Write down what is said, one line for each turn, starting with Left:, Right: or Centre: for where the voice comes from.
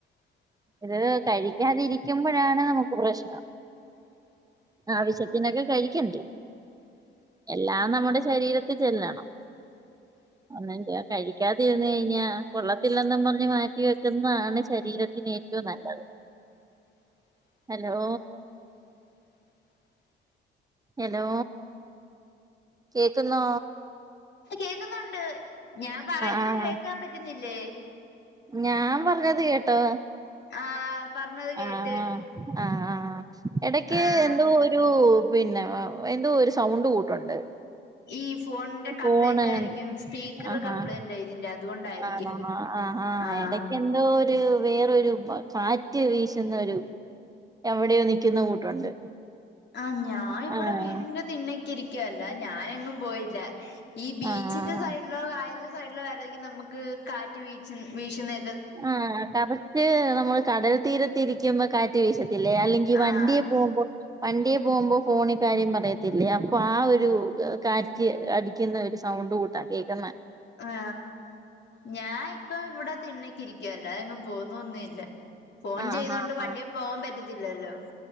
Right: ഇത് കഴിക്കാതിരിക്കുമ്പോഴാണ് നമുക്ക് പ്രശ്നം ആവശ്യത്തിനൊക്കെ കഴിക്കണ്ടേ എല്ലാം നമ്മുടെ ശരീരത്തി ചെല്ലണം ഒന്നന്റെ കഴിക്കാതിരുന്ന് കഴിഞ്ഞാ കൊള്ളത്തില്ലെന്നും പറഞ്ഞ് മാറ്റി വെക്കുന്നതാണ് ശരീരത്തിന് ഏറ്റവും നല്ലത് ഹലോ ഹലോ കേക്കുന്നൊ
Left: കേക്കുന്നുണ്ട് ഞാൻ പറയുന്നത്
Right: ആഹ്
Left: കേൾക്കാൻ പറ്റുന്നില്ലേ
Right: ഞാൻ പറഞ്ഞത് കേട്ടോ
Left: ആഹ് പറഞ്ഞത് കേട്ട്
Right: ആ ആ ആഹ് എടക്ക്
Left: ആഹ്
Right: എന്തോ ഒരു പിന്നെ എന്തോ ഒരു സൗണ്ട് കൂട്ടുണ്ട്
Left: ഈ ഫോണിന്റെ
Right: ഫോണ്
Left: കംപ്ലൈന്റ് ആയിരിക്കും സ്പീക്കർ
Right: ആ
Left: കംപ്ലൈന്റ് ഇതിന്റെ അതുകൊണ്ടായിരിക്കും
Right: ആ ആ ആ
Left: ആഹ്
Right: ഇടയ്ക്കെന്തോ ഒരു വേറൊരു കാറ്റ് വീശുന്നൊരു എവിടെയോ നിക്കുന്ന കൂട്ടുണ്ട്
Left: ആ ഞാൻ ഇവിടെ
Right: ആഹ്
Left: വീട്ടിന്റെ തിണ്ണക്ക് ഇരിക്കുവല്ല ഞാനെങ്ങും പോയില്ല ഈ ബീച്ചിന്റെ
Right: ആഹ്
Left: സൈഡിലോ കായലിന്റെ സൈഡിലോ വരതെക്കും നമുക്ക് കാറ്റ് വീ വീശുന്ന
Right: ആ കപച്ച് നമ്മൾ കടൽ തീരത്തിരിക്കുമ്പോ കാറ്റ് വീശത്തില്ലേ അല്ലെങ്കി
Left: ആഹ്
Right: വണ്ടിയെ പോകുമ്പോൾ വണ്ടിയെ പോകുമ്പോ ഫോണി കാര്യം പറയത്തില്ലേ അപ്പൊ ആ ഒരു കാറ്റ് അടിക്കുന്ന ഒരു സം സൗണ്ട് കൂട്ടാ കേൾക്കുന്നെ
Left: ആ ഞാൻ ഇപ്പ ഇവിടെ തിണ്ണക്കിരിക്കുവല്ലോ എങ്ങും പോവുന്നോ ഒന്നുംല്ല ഫോൺ
Right: ആഹ്
Left: ചെയ്തൊണ്ട്
Right: ആഹ്
Left: വണ്ടിയ പോവാൻ പറ്റത്തില്ലല്ലോ